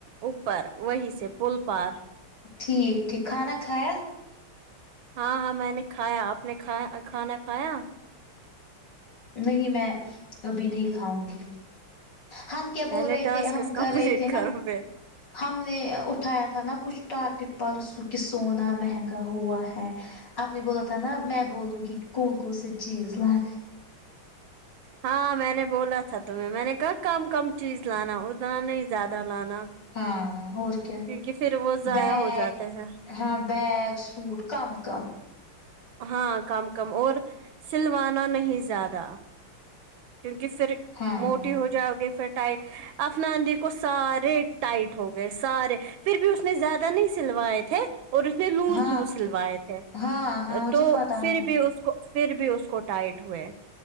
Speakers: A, on the right (about 70°); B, on the left (about 55°).
A: اوپر وہی سے پل پار
B: ٹھیک ٹھیک کھانا کھایا
A: ہاں ہاں میں نے کھایا آپ نے کھایا کھانا کھایا
B: نہیں میں ابھی نہیں کھاؤں گی ہم کیا
A: پہلے
B: بول رہے
A: ٹاسک
B: تھے ہم
A: کمپلیٹ
B: کر رہے تھے
A: کرو
B: نا
A: میرا
B: ہم نے اٹھایا تھا نا کچھ ٹاپک پرسوں کہ سونا مہنگا ہوا ہے اپ نے بولا تھا نا میں بولوں کہ کون کون سی چیز لانے
A: ہاں میں نے بولا تھا تمھیں میں نے کہا کم کم چیز لانا اتنا نہیں زیادہ لانا
B: ہاں اور کیا
A: کیونکہ پھر وہ ضائع
B: بیگ
A: ہو جاتے ہیں
B: ہاں بیگ سوٹ کم کم
A: ہاں کم کم اور سلوانا نہیں زیادہ کیونکہ پھر
B: ہاں
A: موٹی ہو جاؤ گے پھر ٹائٹ افنا دی کو سارے ٹائٹ ہو گئے سارے پھر بھی اس نے زیادہ نہیں سلوائے تھے اور اس نے لوز
B: ہاں
A: لوز سلوائے تھے
B: ہاں ہاں مجھے
A: تو
B: پتہ
A: پھر
B: ہے
A: بھی اس پھر بھی اس کو ٹائٹ ہوئے